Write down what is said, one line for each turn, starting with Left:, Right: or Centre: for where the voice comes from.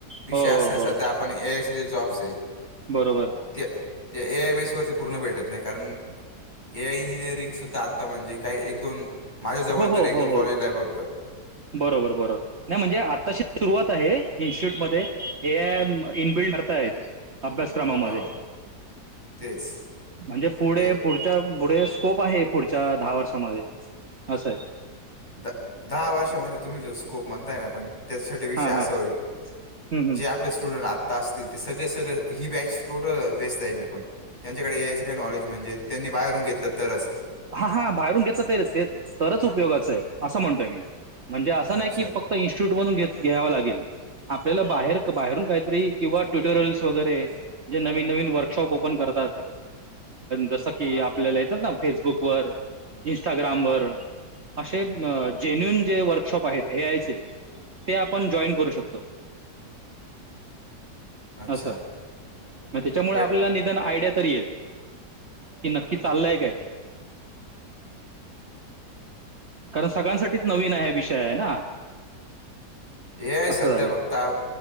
Left: विषय
Right: हो
Left: असा आहे
Right: हो
Left: सध्या
Right: हो
Left: आपण ए आयचे जे जॉब्स आहे
Right: बरोबर
Left: ते ते ए आय बेसवरती पूर्ण भेटत नाही कारण ए आय इंजिनिअरिंग सुद्धा आता म्हणजे काही एक दोन माझ्या जवळ
Right: हो हो
Left: तर एक
Right: हो
Left: दोन
Right: हो
Left: कॉलेज ला फक्त.
Right: बरोबर बरोबर. नाही म्हणजे आताशी सुरुवात आहे इन्स्टिट्यूट मध्ये हे इनबिल्ड करता आहेत. अभ्यासक्रमामध्ये
Left: हो तेच
Right: म्हणजे पुढे
Left: ए
Right: पुढच्या पुढे स्कोप आहे. पुढच्या दहा वर्षामध्ये. असंय.
Left: द दहा वर्षामध्ये तुम्ही जो स्कोप म्हणताय ना पण त्यासाठी विषय
Right: हां
Left: असा
Right: हां
Left: होईल,
Right: हं
Left: जे आप आपले स्टुडंट आत्ता असतील. ते सगळे सगळे ही बॅच टोटल वेस्ट जाईल पण. त्यांच्याकडे ए आय च काही नॉलेज म्हणजे, त्यांनी बाहेरून घेतलं तरच.
Right: हा हा बाहेरून घेतल तरच तेच तरच उपयोगाचंय. असं म्हणतोय मी. म्हणजे असं
Left: अच्छा
Right: नाही की फक्त इन्स्टिटूट मधून घेत घ्यावा लागेल. आपल्याला बाहेर बाहेरून काहीतरी, किंवा ट्युटोरियल्स वगैरे जे नवीन नवीन वर्कशॉप ओपन करतात. जसं की आपल्याला येतात ना, फेसबुकवर, इंस्टाग्रामवर. असे जेन्युन जे वर्कशॉप आहेत. ए आयचे. ते आपण जॉईन करू शकतो.
Left: अच्छा
Right: असं, म त्याच्यामुळे
Left: बट
Right: आपल्याला निदन आयडिया तरी येईल. कि नक्की चालय काय? कारण सगळ्यांसाठीच नवीन आहे हे विषये ना.
Left: ए- आय
Right: असं
Left: सध्या
Right: झालं
Left: फक्ता